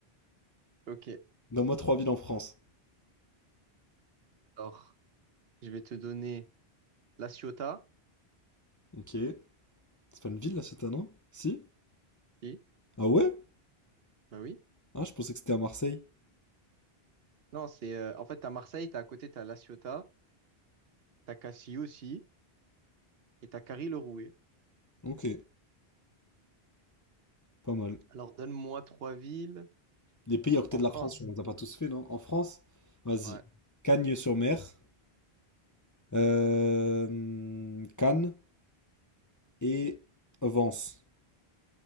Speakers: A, on the right (about 70°); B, on the left (about 25°).
A: Ok.
B: Donne-moi trois villes en France.
A: Alors, je vais te donner La Ciotat.
B: Ok. C'est pas une ville, là, cette année? hein Si?
A: Si,
B: Ah ouais?
A: bah oui.
B: Ah, je pensais que c'était à Marseille.
A: Non, c'est euh, en fait, t'as Marseille, t'as à côté, t'as La Ciotat, t'as Cassis aussi, et t'as Carry-le-Rouet.
B: Ok, pas mal.
A: Alors, donne-moi trois villes
B: Les pays à côté
A: en
B: de
A: France.
B: la France, on les a pas tous fait, non? En France? Vas-y.
A: Ouais.
B: Cagnes-sur-Mer, euh, Cannes et Vence.